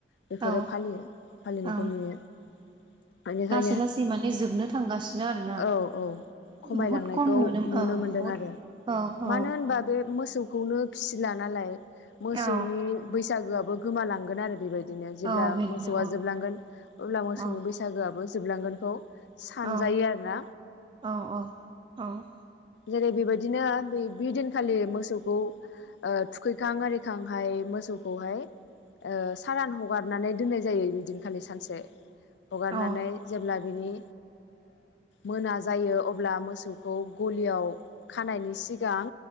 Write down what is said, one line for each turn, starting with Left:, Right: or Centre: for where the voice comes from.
Left: बेफोरो
Right: औ
Left: फालियो फालिनायखौ
Right: औ
Left: नुयो बेनिखायनो
Right: लासै लासै माने जोबनो थांगासिनो आरोना
Left: औ औ खमायलांनायखौ
Right: बहुद खम
Left: नुनो
Right: औ बहुद
Left: मोनदों आरो
Right: औ औ
Left: मानो होनबा बे मोसौखौनो बो फिसिला नालाय मोसौनि
Right: औ
Left: बैसो बैसागुआबो गोमालांगोन आरो बेबायदि दिनो जेब्ला
Right: औ बिदिनो
Left: मोसौआ जोबलांगोन अब्ला मोसौनि
Right: औ
Left: बैसागोआबो जोबलांगोनखौ सानजायो
Right: औ
Left: आरो ना
Right: औ औ औ
Left: जेरै बेबायदिनो बै दिनखालि मोसौखौ ओ थुखैखां आरिखांहाय मोसौखौहाय ओ सारान हगारनानै दोननाय जायो बै दिनखालि सानसे हगारनानै
Right: औ
Left: जेब्ला बिनि मोना जायो अब्ला मोसौखौ गलियाव खानायनि सिगां